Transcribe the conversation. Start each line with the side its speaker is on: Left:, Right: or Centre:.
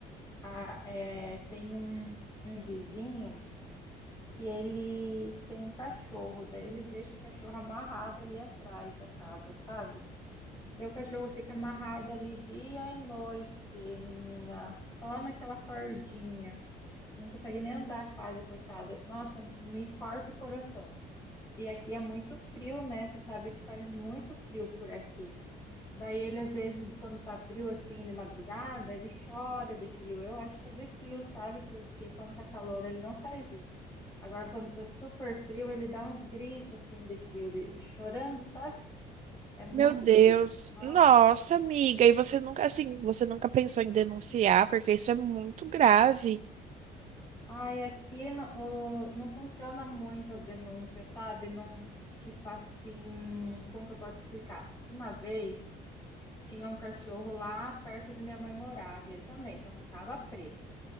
Left: a- é, tem um, um vizinho que eles têm um cachorro. Daí eles deixam o cachorro amarrado ali atrás da casa, sabe? Daí o cachorro fica amarrado ali dia e noite, menina, só naquela cordinha não consegue nem andar quase, coitada. Nossa, me corta o coração. E aqui é muito frio, né? Você sabe que faz muito frio por aqui. Daí ele, às vezes, quando tá frio assim, de madrugada, ele chora de frio. Eu acho que é de frio, sabe? Porque quando tá calor, ele não faz isso. Agora, quando tá super frio, ele dá uns gritos assim de frio, de chorando, sabe? É muito
Right: Meu Deus.
Left: triste. Nossa.
Right: Nossa, amiga, e você nunca, assim, você nunca pensou em denunciar, porque isso é muito grave.
Left: Ai, aqui no- o- não funciona muito a denúncia, sabe? Não, tipo assim, como que eu posso explicar? Uma vez tinha um cachorro lá perto onde minha mãe morava, e ele também só ficava preso.